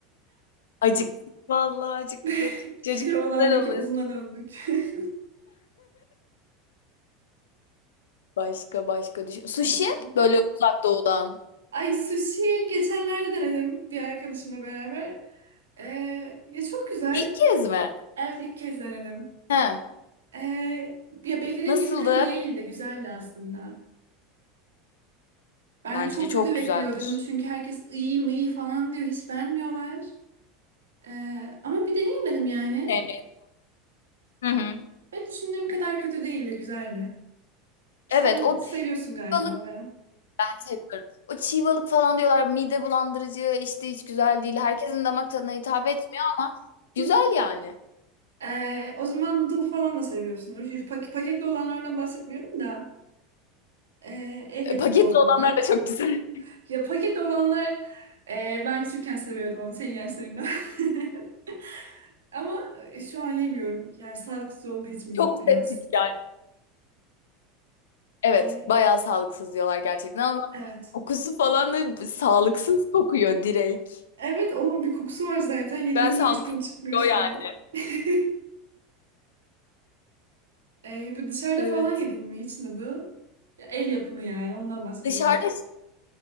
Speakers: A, on the left; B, on the right.
A: Acık. Vallahi acıktık.
B: <laughs>
A: Cacık
B: Keloğlan'daki
A: güzel olur.
B: uzuna döndük. <laughs>
A: başka başka düşün. Sushi
B: Um,
A: böyle uzak doğudan.
B: Ay sushi geçenlerde denedim bir arkadaşımla beraber. Ee, ya çok güzel
A: İlk kez mi?
B: Evet ilk kez denedim.
A: He.
B: Ee, ya beklediğim
A: Nasıldı?
B: gibi kötü değildi. Güzeldi aslında. Ben
A: Bence
B: çok
A: çok
B: kötü bekliyordum.
A: güzeldir.
B: Çünkü herkes iyi mi iyi falan diyor. Hiç beğenmiyorlar. Ee, ama bir deneyim yani.
A: Sevmeyi. Hı hı.
B: Ve düşündüğüm kadar kötü değildi. Güzeldi. Sen
A: Evet o
B: seviyorsun
A: çiğ
B: galiba
A: balık
B: baya.
A: ben seviyorum. O çiğ balık falan diyorlar mide bulandırıcı işte hiç güzel değil. Herkesin damak tadına hitap etmiyor ama güzel
B: <laughs>
A: yani.
B: Ee, o zaman noodle falan da seviyorsundur. Yuf- pak- paketli olanlardan bahsetmiyorum da. ee, el
A: E,
B: yapımı
A: Paketli
B: olanlar.
A: olanlar da çok güzel.
B: Ya paket olanlar e, ben küçükken seviyordum onu senin yaşlarında. <laughs> Ama e, şu an yemiyorum. Yani sağlıksız olduğu
A: <laughs>
B: için
A: Çok
B: bi- biraz.
A: pratik yani. Evet
B: E,
A: bayağı sağlıksız diyorlar gerçekten ama
B: evet.
A: kokusu falan da sağlıksız kokuyor direkt.
B: Evet onun bir kokusu var zaten. Yediğinde
A: Ben sağlıksız
B: üç gün çıkmıyor
A: O
B: üstüne.
A: yani.
B: <laughs> e, bu dışarıda
A: Evet.
B: falan yedin mi hiç dadı? Ya, El yapımı yani ondan bahsediyorum.
A: Dışarıda